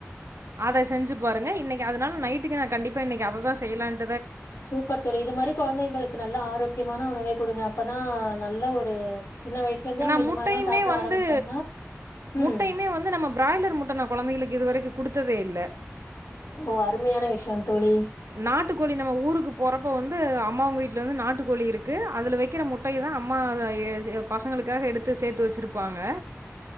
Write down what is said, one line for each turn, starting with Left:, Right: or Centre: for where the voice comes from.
Right: அத செஞ்சு பாருங்க இன்னைக்கு அதனால நைட்டுக்கு நா கண்டிப்பா இன்னைக்கு அததா செய்யலான்ட்
Left: சூப்பர் தோழி இது மாரி கொழந்தைகளுக்கு நல்ல ஆரோக் கியமான உணவே குடுங்க அப்பதா நல்ல ஒரு சின்ன வயசுல இருந்தே அவங்க
Right: நா
Left: இது
Right: முட்டையுமே
Left: மாரிலா சாப்ட
Right: வந்து
Left: ஆரம்பிச்சாங்கன்னா ம்
Right: முட்டையுமே வந்து நம்ம பிராய்லர் முட்டை நா கொழந்தைகளுக்கு இதுவரைக்கு குடுத்ததே இல்ல
Left: ஓ அருமையான விஷயம் தோழி
Right: நாட்டுக்கோளி நம்ம ஊருக்கு போறப்ப வந்து வந்து அம்மாவுங்க வீட்டில் வந்து நாட்டுக்கோளி இருக்கு அதில வெக்கிற முட்டைய தா அம்மா பசங்களுக்காக எடுத்து சேத்து வச்சருப்பாங்க